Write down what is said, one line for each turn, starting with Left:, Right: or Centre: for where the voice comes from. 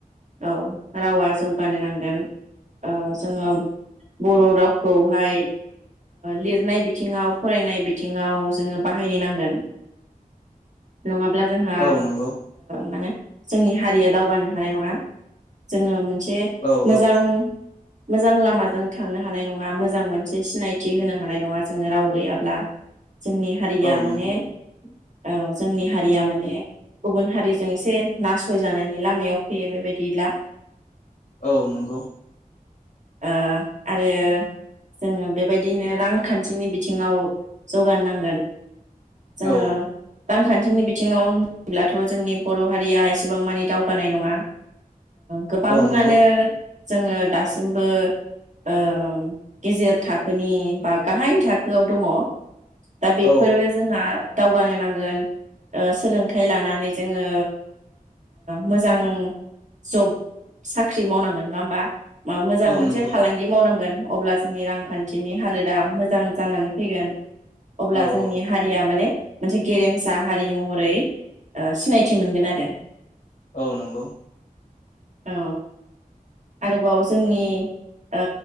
Right: औ रावा जौगानो नांगोन ओ जोङो बर' रावखौहाय लिरनाय बिथिङाव फरायनाय बिथिङाव जोङो बाहायनो नांगोन नङा ब्ला जोंहा
Left: औ नंगौ
Right: माने जोंनि हारिया दावगानो हानाय नङा। जोङो मोनसे जे
Left: औ
Right: मोजां
Left: औ
Right: मोजां लामाजों थांनो हानाय नङा मोजां मोनसे सिनायथि होनो हानाय नङा जोङो राव गैयाब्ला। जोंनि हारिया
Left: औ
Right: माने
Left: नंगौ
Right: औ जोंनि हारिया माने गुबुन हारिजों एसे नासय जानायनि लामायाव फैयो बेबायदिब्ला
Left: औ नंगौ
Right: ओ आरो जोङो बेबायदिनो रांखान्थिनि बिथिङाव जौगा नांगोन। जोङो
Left: औ
Right: रांखान्थिनि बिथिङाव ब्लाथ' जोंनि बर' हारिया एसेबां मानि दावगानाय नङा। गोबाङानो
Left: औ नंगौ
Right: जोङो दासिमबो ओ गेजेर थाखोनि बा गाहाय थाखोआव दङ। दा बेफोरो
Left: औ
Right: जोंहा दावगानो नांगोन सोलोंथाइ लानानै जोङो मोजां जब साख्रि मावनांगोन नङा होमबा? माबा मोजां
Left: औ
Right: मोनसे
Left: नंगौ
Right: फालांगि
Left: औ
Right: मावनांगोन। अब्लासो जोंनि रांखान्थिनि हालोद दा मोजां जानानै फैगोन। अब्ला
Left: औ
Right: जोंनि
Left: औ
Right: हारिया माने मोनसे गेरेमसा हारि महरै ओ सिनायथि मोनगोन आरो।
Left: औ नंगौ।
Right: औ आरोबाव जोंनि ओ